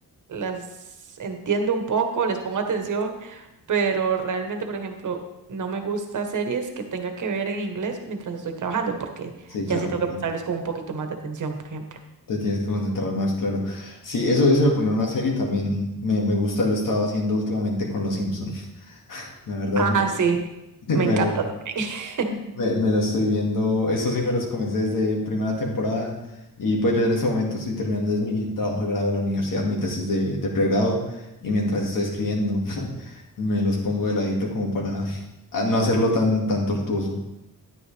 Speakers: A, on the right (about 60°); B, on the left (about 65°).
A: las entiendo un poco, les pongo atención, pero realmente, por ejemplo, no me gusta series que tenga que ver en inglés mientras estoy trabajando, porque
B: sí,
A: ya
B: claro,
A: sí tengo
B: porque
A: que prestarles con un poquito más de atención, por ejemplo.
B: Te tienes que concentrar más, claro. Sí, eso, eso de poner una serie también me, me gusta, lo he estado haciendo últimamente con Los Simpson. <laughs> La verdad,
A: Ah,
B: me,
A: sí, me
B: <laughs> me
A: encanta
B: lo,
A: también. <laughs>
B: me, me lo estoy viendo. Eso sí me los comencé desde primera temporada. Y pues yo en ese momento estoy terminando es mi trabajo de grado de la universidad, mi tesis de, de pregrado. Y mientras estoy escribiendo, <laughs> me los pongo de ladito como para ah, no hacerlo tan, tan tortuoso.